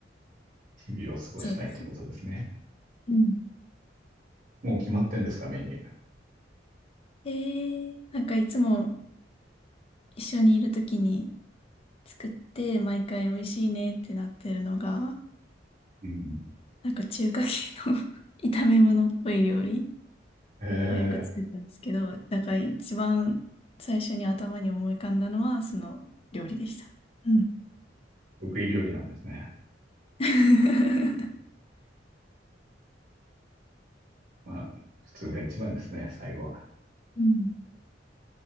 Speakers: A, on the right; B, on the left.
A: 日々を過ごしたいっていうことですね。
B: そうです。うん。
A: もう決まってんですか、メニュー。
B: えー、なんかいつも一緒にいるときに作って、毎回美味しいねってなってるのが、
A: うん。
B: なんか中華系の <laughs> 炒め物っぽい料理
A: え
B: をよく作ったんですけど、
A: ー、
B: だから一番最初に頭に思い浮かんだのはその料理でした。うん。
A: 得意料理なんですね。
B: <laughs>
A: まあ、普通が一番ですね、最後は。
B: うん。